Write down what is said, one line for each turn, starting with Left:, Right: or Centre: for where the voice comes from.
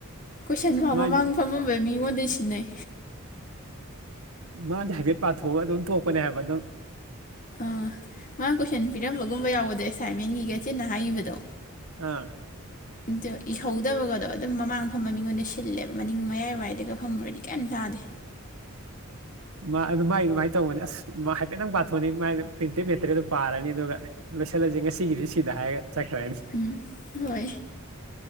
Left: ꯀꯣꯏꯁꯟꯐꯥꯎ
Right: ꯃꯥꯏ
Left: ꯃꯃꯥꯡ ꯐꯝꯃꯝꯕ ꯃꯤꯉꯣꯟꯗꯩ ꯁꯤꯟꯅꯩ
Right: ꯃꯥꯗꯤ ꯍꯥꯏꯐꯦꯠ ꯄꯥꯊꯣꯛꯑꯒ ꯑꯗꯨꯝ ꯇꯣꯛꯄꯅꯦ ꯍꯥꯏꯕ ꯑꯗꯨꯝ
Left: ꯑ ꯃꯥ ꯀꯣꯏꯁꯟ ꯄꯤꯔꯝꯕꯒꯨꯝꯕ ꯌꯥꯎꯕꯗꯣ ꯑꯦꯁꯥꯏꯟꯃꯦꯟꯒꯤꯒ ꯆꯤꯟꯅ ꯍꯥꯏꯒꯤꯕꯗꯣ
Right: ꯑꯥ
Left: ꯑꯗꯣ ꯏꯍꯧꯗꯕꯒꯗꯣ ꯑꯗꯨꯝ ꯃꯃꯥꯡ ꯐꯝꯕ ꯃꯤꯉꯣꯟꯗꯩ ꯁꯤꯜꯂꯦꯕ ꯃꯅꯤꯡ ꯃꯌꯥꯏ ꯋꯥꯏꯗꯒ ꯐꯝꯃꯨꯔꯗꯤ ꯀꯔꯤꯝ ꯇꯥ <inaudible>
Right: <unintelligible> ꯃꯥꯏꯗꯤ ꯑꯗꯨꯃꯥꯏꯅ ꯇꯧꯕꯅꯦ ꯑꯁ ꯍꯥꯏꯐꯦꯠꯇꯪ ꯄꯥꯊꯣꯛꯑꯅꯤ ꯃꯥꯥꯏ ꯄ꯭ꯔꯤꯟꯇꯦꯠ ꯃꯦꯇꯔꯤꯌꯦꯜꯗꫭ ꯄꯥꯔꯅꯤ ꯑꯗꯨꯒ ꯂꯣꯏꯁꯜꯂꯖꯦ ꯉꯁꯤꯒꯤꯗꯤ ꯁꯤꯗ ꯍꯥꯏꯔꯒ ꯆꯠꯈ꯭ꯔꯅꯤ
Left: ꯎꯝ ꯍꯣꯏ